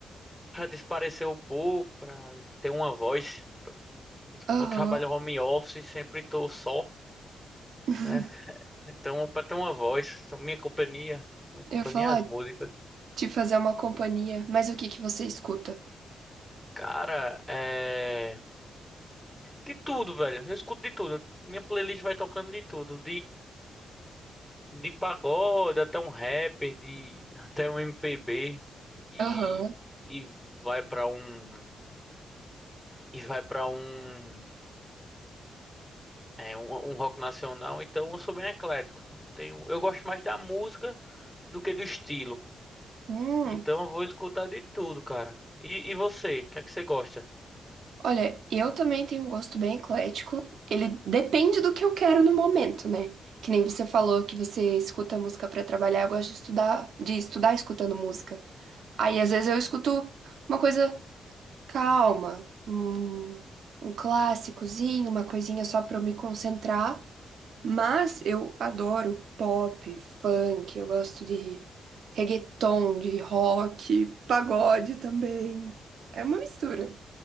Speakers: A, in the centre; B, on the right.
A: pra desaparecer um pouco, pra ter uma voz. Eu-
B: Aham.
A: Como eu trabalho home office, sempre tô só,
B: <laughs>
A: né? Então, pra ter uma voz, então, minha companhia, minha companhia
B: Eu ia falar
A: é as músicas.
B: de fazer uma companhia, mas o que que você escuta?
A: Cara, é. De tudo, velho, eu escuto de tudo. Minha playlist vai tocando de tudo, de pagode até um rapper, de até um MPB e
B: Aham.
A: e vai pra um e vai para um é um, um rock nacional, então eu sou bem eclético. Não tenho, eu gosto mais da música do que do estilo.
B: Hum.
A: Então eu vou escutar de tudo, cara. E, e você, o que é que você gosta?
B: Olha, eu também tenho um gosto bem eclético. Ele depende do que eu quero no momento, né? Que nem você falou que você escuta música pra trabalhar, eu gosto de estudar, de estudar escutando música. Aí às vezes eu escuto uma coisa calma, um, um clássicozinho, uma coisinha só para eu me concentrar. Mas eu adoro pop, funk, eu gosto de reggaeton, de rock, pagode também. É uma mistura.